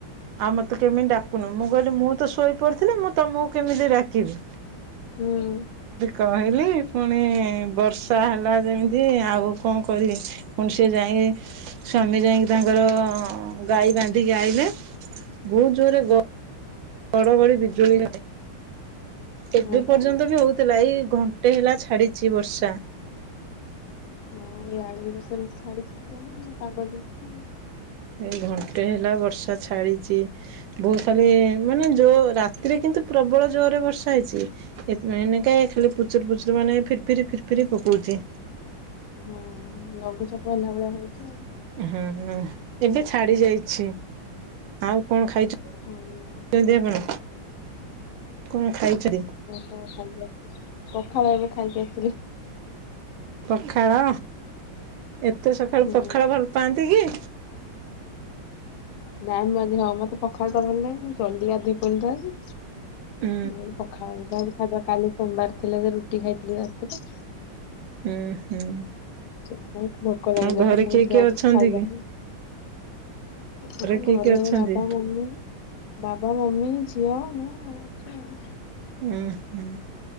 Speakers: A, on the right; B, on the left.
A: ଆଉ ମତେ କେମିତି ଡାକୁନୁ ମୁଁ କହିଲି ମୁଁ ଶୋଇ ପଡିଥିଲି ମୁଁ ତମକୁ କେମିତି ଡାକିବି।
B: ହୁଁ ହୁଁ
A: କହିଲି ପୁଣି ବର୍ଷା ହେଲା ଯେମିତି ଆଉ କଣ କରିବି। ପୁଣି ସେ ଯାଏ। ସ୍ୱାମୀ ଯାଇକି ତାଙ୍କର ଗାଈ ବାନ୍ଧିକି ଆଇଲେ ବହୁତ ଜୋରରେ ଗ ଘଡ଼ ଘଡ଼ି ବିଜୁଳି ନଈ ଏବେ
B: ହଁ ପା
A: ପର୍ଯ୍ୟନ୍ତ ବି ହଉଥିଲା ଏଇ ଘଣ୍ଟେ ହେଲା ଛାଡିଛି ବର୍ଷା।
B: ହଁ ଇଆଡେ ସେମିତି ଛାଡିଛି ଟିକେନା ପାଗ ଦେଇଛି।
A: ଏଇ ଘଣ୍ଟେ ହେଲା ବର୍ଷା ଛାଡିଛି। ବହୁତ ଖାଲି ମାନେ ଜୋ ରାତିରେ କିନ୍ତୁ ପ୍ରବଳ ଜୋର ରେ ବର୍ଷା ହେଇଛି। ହେଇଥିପାଇଁ ଏନେକ ଖାଲି ପୁଚୁରୁ ପୁଚୁରୁ ମାନେ ଫିର୍ ଫିର୍ ପକଉଛି।
B: ହଁ ଲଘୁଚାପ ହେଲା ଭଳିଆ ହଉଛି ଆଉ।
A: ହୁଁ ହୁଁ ଏବେ ଛାଡି ଯାଇଛି। ଆଉ କଣ ଖାଇଛନ୍ତି
B: ହଁ
A: ଛନ୍ତି ଆପଣ କଣ ଖାଇଛନ୍ତି?
B: ତ ଖାଇକି ଆସି ପଖାଳ ଏବେ ଖାଇକି ଆସିଲି।
A: ପଖାଳ ଏତେ ସକାଳୁ
B: ହୁଁ।
A: ପଖାଳ ଭଲ ପାଆନ୍ତି କି?
B: ନାଇଁ ମୁଁ ଆଜି ହଁ ମତେ ପଖାଳ ଭଲ ଲାଗେ ଜଲଦି ଗାଧୋଇ ପଇଲି ତ ଆଜି।
A: ଉଁ
B: ମୋର ପଖାଳ ଯାହା ଖାଇବା କାଲି ସୋମବାର ଥିଲା ଯେ ରୁଟି ଖାଇଥିଲି ରାତିରେ।
A: ହୁଁ ହୁଁ।
B: ସେଥିପାଇଁ ଭୋକ ଲାଗିଲା
A: ଆଉ ଘରେ
B: ତ ମୁଁ
A: କିଏ
B: ଯାହା
A: କିଏ
B: କିଛି
A: ଅଛନ୍ତି
B: ଖାଇବି।
A: କି?
B: ହଁ
A: କିଏ
B: ଘରେ
A: କିଏ ଅଛନ୍ତି?
B: ବାବା ମମି ବାବା ମମି ଝିଅ ମୁଁ। ଅଛି ଆଉ।
A: ହୁଁ ହୁଁ।